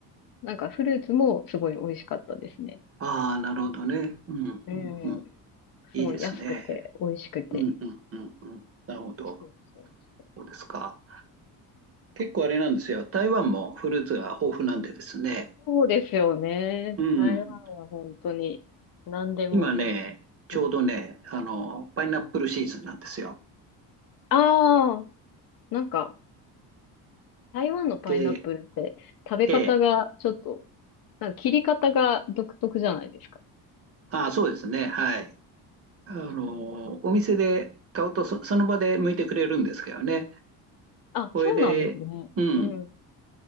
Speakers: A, on the left; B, on the right.
A: なんかフルーツもすごい美味しかったですね。
B: ああ、なるほどね。うん、
A: うん。
B: うん、うん。いいですね。
A: すごい安くて美味しくて。
B: うん、うん、うん、うん。なるほど。
A: そうそうそう。
B: そうですか。結構あれなんですよ。台湾もフルーツが豊富なんでですね。
A: ですよね。
B: うん。
A: 台湾は本当に何でも
B: 今ね、ちょうどね、
A: いい。
B: あの、パイナップルシーズンなんですよ。
A: ああ、なんか台湾のパイナップルって食べ方がちょっと、
B: で、ええ。
A: なんか切り方が独特じゃないですか。
B: ああ、そうですね。はい。あの、お店で買うとそ、その場で剥いてくれるんですけどね。
A: あ、
B: これで、
A: そうなんですね。
B: うん。
A: うん。